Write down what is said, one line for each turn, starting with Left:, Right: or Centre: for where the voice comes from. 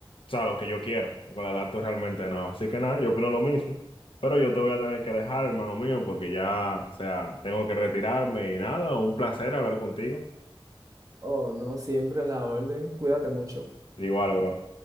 Left: sea, lo que yo quiera. Con la laptop realmente no. Así que nada, yo opino lo mismo. Pero yo te voy a tener que dejar, hermano mío, porque ya, o sea, tengo que retirarme y nada, un placer hablar contigo.
Right: Oh, no, siempre a la orden. Cuídate mucho.
Left: Igual, bro.